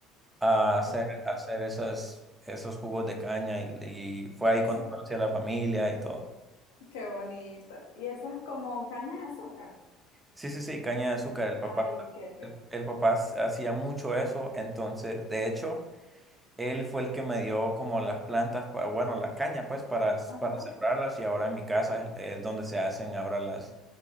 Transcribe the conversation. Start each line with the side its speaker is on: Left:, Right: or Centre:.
Right: a hacer,
Left: ok.
Right: a hacer esas, esos jugos de caña y, y fue ahí
Left: Eso
Right: cuando
Left: es,
Right: conocí a la familia y todo.
Left: qué bonito. Y eso es como caña de azúcar.
Right: Sí, sí, sí, caña de azúcar. El papá,
Left: Ay, qué rico.
Right: el papá s- hacía mucho eso, entonces, de hecho, él fue el que me dio como las plantas, pa- bueno, la caña, pues, para, s-
Left: Ajá.
Right: para sembrarlas y ahora en mi casa es, es donde se hacen ahora las,